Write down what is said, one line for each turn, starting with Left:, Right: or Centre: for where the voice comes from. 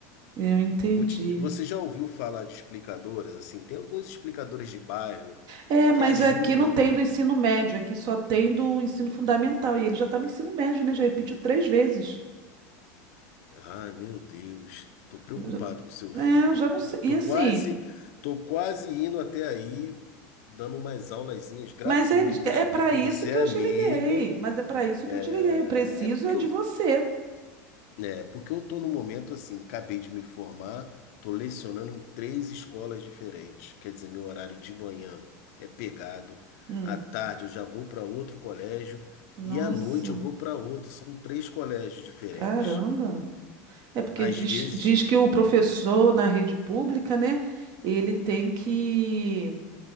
Right: Eu entendi.
Left: Vou te- você já ouviu falar de explicadoras? Assim, tem alguns explicadores de bairro
Right: É, mas
Left: que ajudam.
Right: aqui não tem do ensino médio, aqui só tem do ensino fundamental. E ele já está no ensino médio, né? Já repetiu três vezes.
Left: Ai, meu Deus, tô preocupado
Right: Já-
Left: com seu
Right: É,
Left: filho.
Right: eu já não sei.
Left: Ah, Tô
Right: E assim.
Left: quase, tô quase indo até aí, dando umas aulazinhas gratuitas,
Right: Mas é, de- é para
Left: porque
Right: isso
Left: você
Right: que
Left: é
Right: eu
Left: amiga.
Right: te liguei. Mas é para isso
Left: É,
Right: que eu te liguei. Eu preciso
Left: é porque
Right: é de
Left: eu,
Right: você.
Left: É porque eu tô num momento assim, acabei de me formar, tô lecionando em três escolas diferentes. Quer dizer, meu horário de manhã é pegado,
Right: Hum,
Left: à tarde eu já vou para outro colégio
Right: nossa,
Left: e à noite eu vou para outro. São três colégios diferentes.
Right: caramba. É porque
Left: Às
Right: diz,
Left: vezes,
Right: diz que o professor na rede pública, né? Ele tem que.